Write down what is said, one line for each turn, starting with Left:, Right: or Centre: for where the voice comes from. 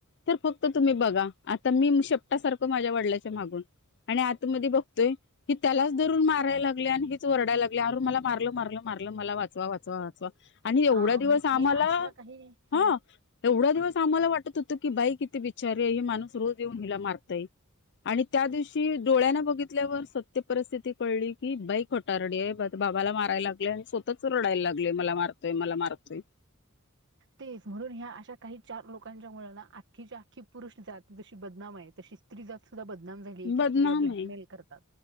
Left: तर फक्त तुम्ही बघा तर मी शेप का सारखं माझ्या वडल्याच्या मागून आणि आता मध्ये बघतोय की त्यालाच धरून माराय लाग ल्या आणि हीच ओरडाय लागल्या अर मला मारल मारल मारलं मला वाचवा वाचवा आणि एवढा
Right: हा
Left: दिवस
Right: मग
Left: आम्हाला
Right: हे अशा काही
Left: हा
Right: ह
Left: तेवढा दिवस आम्हाला वाट त होतो की बाई किती बीचारी आहे ही माणूस रोज येऊन हिला मार तय. आणि त्या दिवशी डोळ्यान बघितल्यावर सत्य परिस्थिती कळली की बाई खटारडी आहे बाबाला माराला लागले आणि स्वतःच रडायला लागले मला मारतोय मला मारतोय
Right: तेच म्हणून ह्या अशा काही चार लोकांच्या मुळंना आख्खी च्या आख्खी पुरुष जात जशी बदनाम आहे तशी स्त्री जात सुद्धा बदनाम झाले की
Left: बदनाम
Right: स्त्रीया ब्लॅकमेल
Left: आहे
Right: करतात